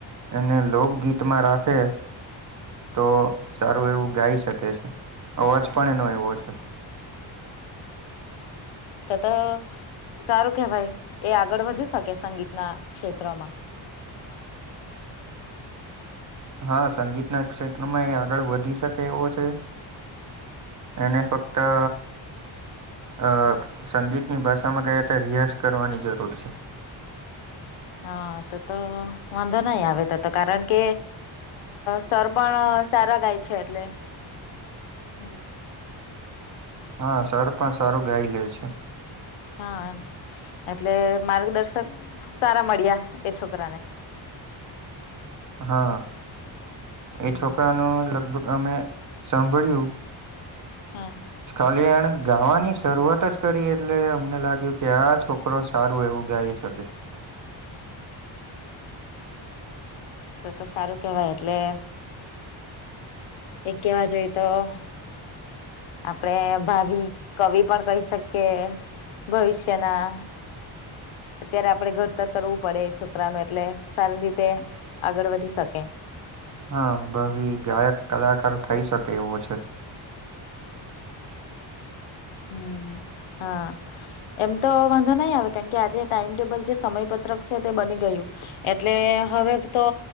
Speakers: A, on the right (about 40°); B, on the left (about 85°).
A: અને લોકગીત માં રાખે તો સારું એવું ગાઈ શકે છે અવાજ પણ એનો એવો છે.
B: તો તો સારું કે ભાઈ એ આગળ વધી શકે સંગીત ના ક્ષેત્રમાં.
A: હા સંગીત ના ક્ષેત્રમાં એ આગળ વધી શકે એવો છે. એને ફક્ત અ અ સંગીતની ભાષામાં ગયા હતા રિયાઝ કરવાની જરૂર છે.
B: હા તો તો વાંધો નહી આવે તો તો કારણ કે સર પણ સારા ગાય છે એટલે
A: હ <inaudible>
B: <inaudible>
A: હા સર પણ સારું ગાઈ લે છે.
B: હા એમ એટલે માર્ગદર્શક સારા મળ્યા એ છોકરા ને.
A: હા
B: હમ
A: એ છોકરા નો લગભગ અમે સાંભળ્યું
B: હમ્મ.
A: ખાલી એણે ગાવાની શરૂઆત જ કરી એટલે અમને લાગ્યું કે આ છોક છોકરો સારું એવું ગાઈ શકે.
B: તો તો સારું કેવાય એટલે એક કેવા જોઈ તો હ. આપડે ભાવિ કવિ પણ કહી શકીએ ભવિષ્યના અત્યારે આપણે ઘડતર કરવું પડે છોકરાનું એટલે સારી રીતે આગળ વધી શકે.
A: હા ભી ગાયક કલાકારો થઈ શકે એવો છે.
B: હમ્મ હા. એમ તો વાંધો નહી આવે કેમ કે આજે ટાઈમ ટેબલ છે સમયપત્રક છે તે બની ગયું. એટલે હવે તો